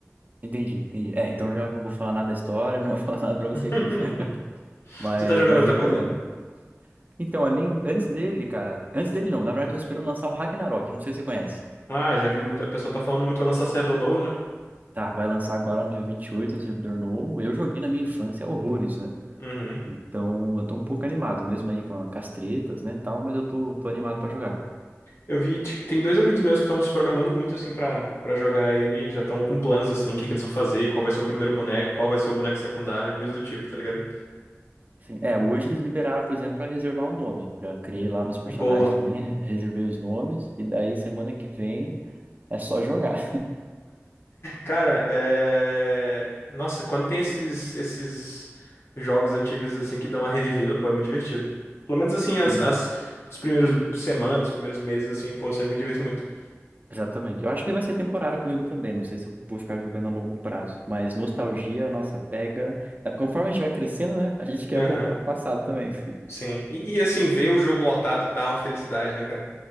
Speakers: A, on the right; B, on the left.
A: Entendi, entendi. É, então
B: Eu-
A: eu já não vou falar nada da história, não vou <laughs> falar nada pra você
B: <laughs>
A: aqui. Mas,
B: Você tá jogando
A: mas
B: outra
A: recomendo.
B: coisa?
A: Então, além, antes dele, cara, antes dele não, na verdade eu tô esperando lançar o Ragnarok, não sei se você conhece.
B: Ah, já vi muita pessoa tá falando muito, vai lançar servidor novo, né?
A: Tá, vai lançar agora no dia 28 um servidor novo. Eu joguei na minha infância horrores, né?
B: Uhum.
A: Então, eu tô um pouco animado, mesmo aí com, a- com as tretas, né, tal, mas eu tô, tô animado pra jogar.
B: Eu vi, t- tem dois amigos meus que estão se programando muito assim pra para jogar ele, e já estão com planos assim, o que que eles vão fazer, qual vai ser o primeiro boneco, qual vai ser o boneco secundário, coisa do tipo, tá ligado?
A: Sim. É, hoje eles liberaram, por exemplo, pra reservar o nome. Já criei lá meus personagens
B: Boa.
A: também, reservei os nomes, e daí semana que vem é só jogar.
B: Cara, é... Nossa, quando tem esses, esses jogos antigos, assim, que dão uma revivida, pô, é muito divertido. Pelo menos, assim, as,
A: <laughs> Sim.
B: as, os primeiros semanas, os primeiros meses, assim, pô, eu sempre me diverto muito.
A: Exatamente. Eu acho que ele vai ser temporário comigo também. Não sei se eu vou ficar jogando a longo prazo. Mas nostalgia, nossa, pega. É, Conforme a gente vai crescendo, né? A gente quer
B: Aham,
A: voltar pro passado também.
B: sim. E, e, assim, ver o jogo lotado dá uma felicidade, né, cara?